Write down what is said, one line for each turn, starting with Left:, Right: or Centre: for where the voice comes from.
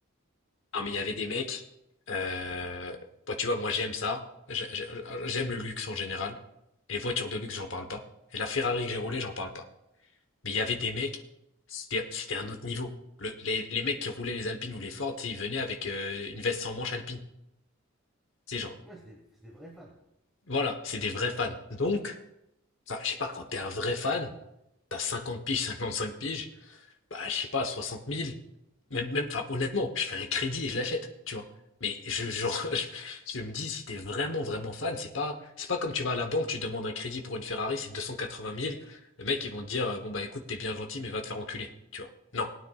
Left: Ah, mais il y avait des mecs. Euh... Bon, tu vois, moi j'aime ça. J'ai- j'ai- J'aime le luxe en général. Les voitures de luxe, j'en parle pas. Et la Ferrari que j'ai roulée, j'en parle pas. Mais il y avait des mecs, c'était c'était un autre niveau. Le- les, les mecs qui roulaient les Alpines ou les Ford, tu sais, ils venaient avec euh, une veste sans manche alpine. C'est genre,
Centre: Ouais, c'est des, c'est des vrais fans.
Left: voilà, c'est des vrais fans. Donc, enfin, je sais pas, quand t'es un vrai fan, t'as 50 piges, <laughs> cinq piges, bah, je sais pas, soixante mille. Même, même, enfin, honnêtement, je fais un crédit et je l'achète, tu vois. Mais je, je, <laughs> je, je me dis, si t'es vraiment, vraiment fan, c'est pas, c'est pas comme tu vas à la banque, tu demandes un crédit pour une Ferrari, c'est deux cent quatre-vingt mille. Le mec, ils vont te dire, euh, bon, bah, écoute, t'es bien gentil, mais va te faire enculer, tu vois. Non.